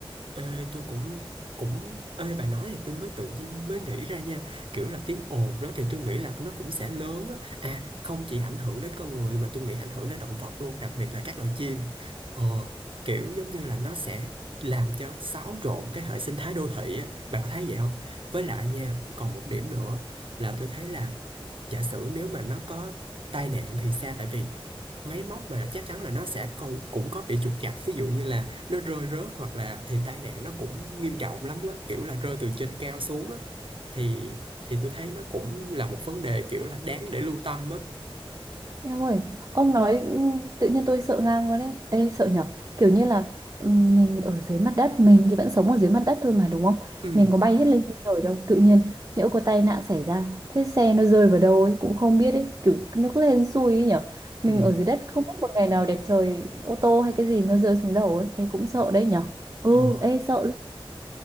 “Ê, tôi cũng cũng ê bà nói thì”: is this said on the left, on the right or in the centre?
Right